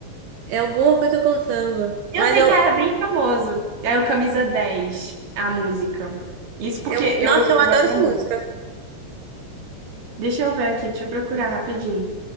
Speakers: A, on the right (about 90°); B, on the right (about 60°).
A: É alguma coisa com samba.
B: Eu
A: Mas
B: sei
A: eu,
B: que era bem famoso. É o Camisa dez a música. Isso porque
A: eu,
B: eu,
A: nossa, eu
B: eu
A: adoro
B: gosto da
A: essa
B: música.
A: música.
B: Deixa eu ver aqui, deixa eu procurar rapidinho.